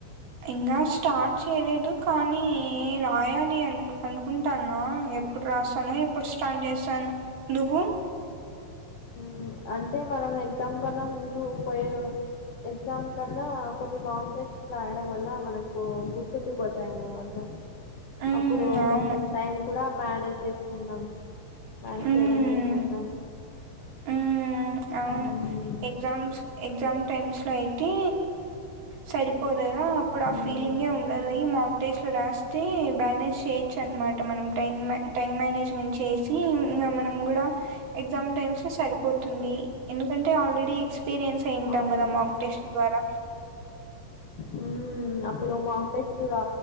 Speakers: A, on the right (about 80°); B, on the left (about 80°).
A: ఇంగా స్టార్ట్ చెయ్ లేదు కానీ రాయాలి అన్ అనుకుంటాను ఆ ఎప్పుడు రాసాను ఎప్పుడు స్టార్ట్ చేస్తాను ఎందుకు
B: మ్ అంటే మనం ఎగ్జామ్ కన్నా ముందు పోయే రో, ఎగ్జామ్ కన్నా కొన్ని మాక్ టెస్ట్ రాయడం వల్ల మనకు గుర్తుండిపోతాయిన్నమాట
A: మ్మ్,
B: అప్పుడు
A: అవును
B: కొంచెం టైం కూడా మేనేజ్ చేసుకుంటాం, మేనేజ్
A: మ్మ్.
B: చేయడం నేర్చుకుంటాం.
A: హ్మ్ అవును
B: మ్మ్
A: ఎగ్జామ్స్ ఎగ్జామ్ టైమ్స్ లో అయి తె సరిపో లేదా అప్పుడు ఆ
B: మ్మ్
A: ఫీలింగ్హె ఉండదు ఇ మాకటేస్ట్ లో రాస్తే బ్యానే చేయొచ్చు అనమాట, మనం టై టైం మేనేజ్మెంట్ చేసి, ఇంగ మనం కూడా ఎగ్జామ్ టైమ్స్లో సరిపోత్ తుంది ఎందుకంటే ఆల్రెడీ ఎక్స్ ఎక్స్పీరియన్స్ అయింటాం
B: అవును
A: కదా మాక్ టెస్ట్ ద్వారా
B: మ్ అప్పుడు మాక్టేస్ట్ రా